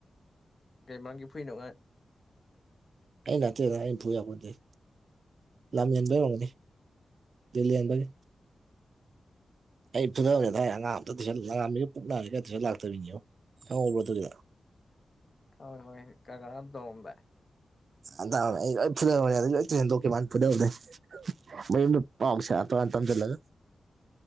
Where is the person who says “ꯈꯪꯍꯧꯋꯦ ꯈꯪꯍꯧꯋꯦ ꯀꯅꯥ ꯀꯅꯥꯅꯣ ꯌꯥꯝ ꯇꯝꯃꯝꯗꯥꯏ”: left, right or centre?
Left